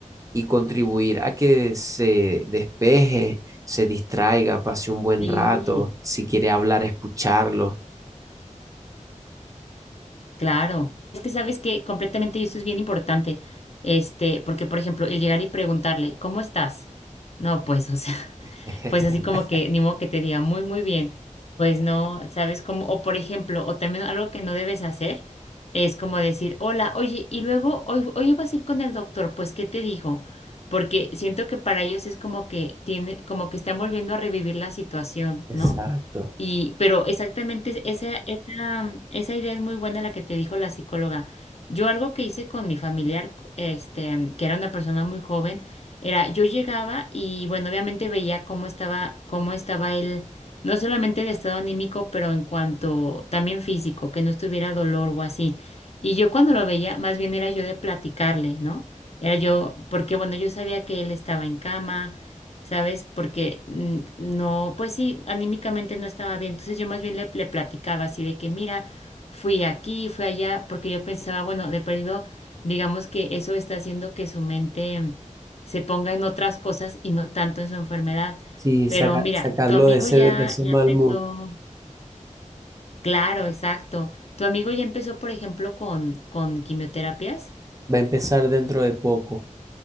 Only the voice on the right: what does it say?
y contribuir a que se despeje, se distraiga, pase un buen
rato, si quiere hablar, escucharlo.
<laughs>
Exacto.
Sí,
saca-
sacarlo
de ese,
de ese
mal
mood.
Va a empezar dentro de poco.